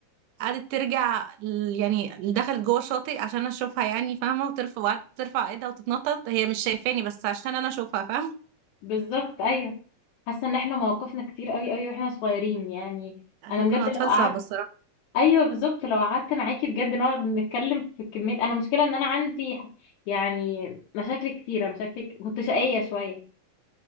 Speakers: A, on the right; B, on the left.
A: قعدت ترجع ل- يعني دخلت جوه الشاطئ عشان اشوفها يعني فاهمه وترفع وقعدت ترفع ايدها وتتنطط هي مش شايفاني بس عشان انا اشوفها فاهمه
B: بالظبط ايوه حاسه ان احنا مواقفنا كتير قوي قوي واحنا صغيرين يعني
A: احنا
B: انا بجد
A: كنا اطفال
B: لو قعدت
A: صعبه الصراحه
B: <laughs> ايوه بالظبط لو قعدت معاكي بجد نقعد نتكلم في كميه انا مشكله ان انا عندي ح- يعني مشاكل كتيره مشاكل كنت شقيه شويه